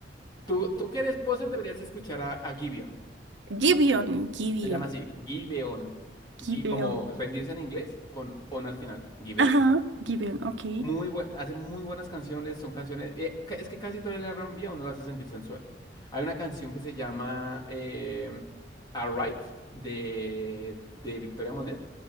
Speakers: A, on the left; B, on the right.
A: tú, tú que eres poser deberías escuchar a, a Gibeon.
B: Gibeon, Gibeon,
A: Se llama así, Give On.
B: Gibeon.
A: Gi- como rendirse en inglés con on al final, Give
B: Ajá,
A: On.
B: Gibeon, ok.
A: Muy buen, hace muy buenas canciones, son canciones. eh, ca- es que casi todo el R&B a uno lo hace sentir sensual. Hay una canción que se llama eh, Alright de, de Victoria Monet,